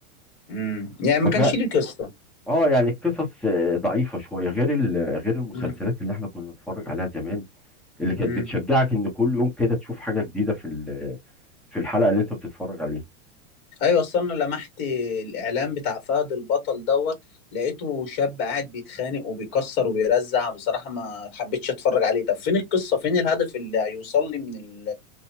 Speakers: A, on the left; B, in the centre.
A: امم يعني ما
B: فف
A: كانش ليه قصة
B: اه يعني القصص آه، ضعيفة شوية غير ال- غير المسلسلات
A: امم
B: اللي احنا كنا بنتفرج عليها زمان اللي كانت
A: امم
B: بتشجعك ان كل يوم كده تشوف حاجة جديدة في ال- في الحلقة اللي انت بتتفرج عليها
A: ايوه اصل انا لمحت الاعلان بتاع فهد البطل دوت لقيته شاب قاعد بيتخانق وبيكسر وبيرزع بصراحة ما حبيتش اتفرج عليه طب فين القصة فين الهدف اللي هيوصل لي من ال...